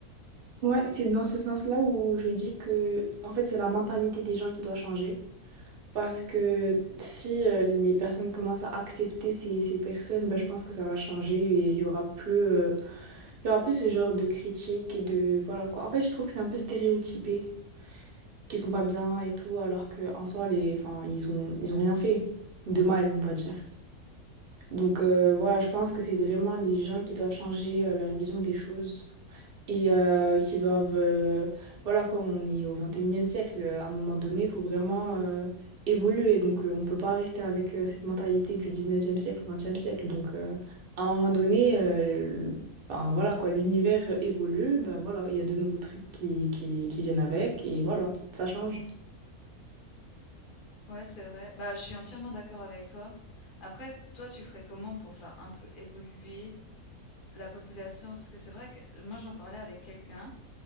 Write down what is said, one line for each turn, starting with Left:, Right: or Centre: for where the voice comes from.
Right: Ouais, c'est dans ce sens-là où je dis que, en fait, c'est la mentalité des gens qui doit changer. Parce que si euh, les personnes commencent à accepter ces, ces personnes, ben, je pense que ça va changer et il y aura plus, euh, Il y a un peu ce genre de critique et de... Voilà quoi. En fait, je trouve que c'est un peu stéréotypé, qu'ils sont pas bien et tout, alors qu'en soi, les... enfin, ils ont... ils ont rien fait de mal, on va dire. Donc euh, voilà, je pense que c'est vraiment les gens qui doivent changer euh, leur vision des choses et euh, qui doivent... euh, voilà quoi, on est au 21e siècle. euh, À un moment donné, il faut vraiment euh, évoluer. Donc euh, on peut pas rester avec euh, cette mentalité du 19e siècle ou 20 siècle. Donc euh, à un moment donné, euh, ben, voilà quoi, l'univers évolue. Ben, voilà, il y a de nouveaux trucs qui, qui, qui viennent avec et voilà, ça change.
Left: Ouais, c'est vrai. Bah, je suis entièrement d'accord avec toi. Après, toi, tu ferais comment pour faire un peu évoluer la population? Parce que c'est vrai que moi, j'en parlais avec quelqu'un